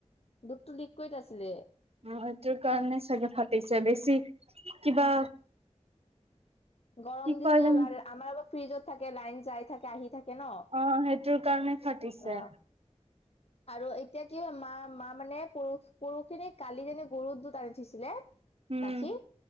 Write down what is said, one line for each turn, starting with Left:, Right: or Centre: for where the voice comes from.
Left: দুধটো লিকুইট আছিলে।
Right: অ', সেইটোৰ কাৰণে চাগে ফাটিছে বেছি কিবা
Left: গৰম
Right: কি
Left: দিছে
Right: কয় জানো
Left: আমাৰ আকৌ ফ্ৰিজত থাকে লাইন যাই থাকে আহি থাকে ন
Right: অ', সেইটোৰ কাৰণে ফাটিছে।
Left: অ আৰু এতিয়া কি হয় মা মা মানে পৰহি পৰখিনি কালি জানো গৰুৰ দুদ আনি থৈছিলে।
Right: উম
Left: গাখীৰ